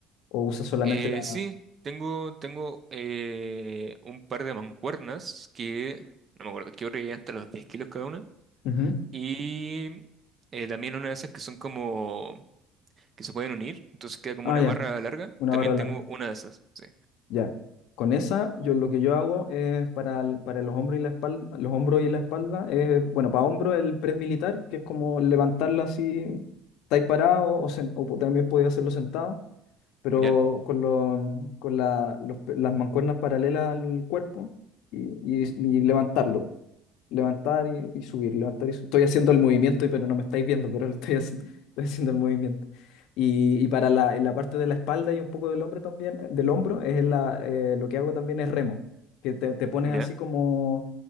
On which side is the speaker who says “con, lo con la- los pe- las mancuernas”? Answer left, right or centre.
Left